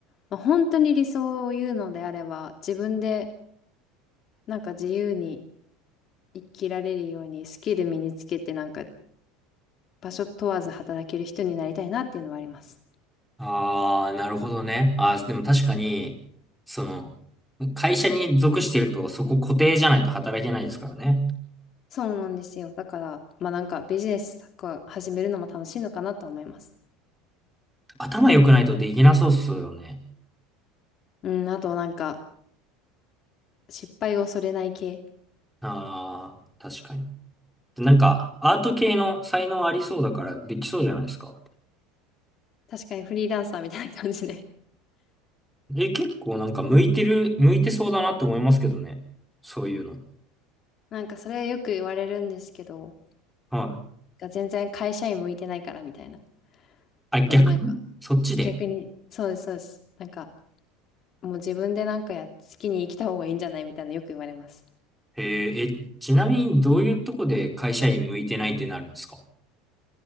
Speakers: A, on the left; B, in the centre.
A: まあ、本当に理想を言うのであれば、自分でなんか自由に生きられるようにスキル身につけてなんか場所問わず働ける人になりたいなっていうのはあります。
B: ああ、なるほどね。ああ、でも確かに、その、会社に属してるとそこ固定じゃないと働けないですからね。
A: そうなんですよ。だから、まあなんかビジネスとか始めるのも楽しいのかなと思います。
B: 頭良くないとできなそうっすよね。
A: うん、あとなんか失敗を恐れない系。
B: ああ、確かに。なんか、アート系の才能ありそうだからできそうじゃないですか。
A: 確かにフリーランサーみたいな感じで。
B: え、結構なんか向いてる、向いてそうだなって思いますけどね。そういうの。
A: <laughs> なんかそれはよく言われるんですけど、
B: はい。
A: 全然会社員向いてないからみたいな。
B: あ、逆にそっちで。
A: でもなんか逆に、そうです、そうです。なんかもう自分でなんかや、好きに生きた方がいいんじゃないみたいなよく言われます。
B: えーえ、ちなみにどういうとこで会社員向いてないってなるんですか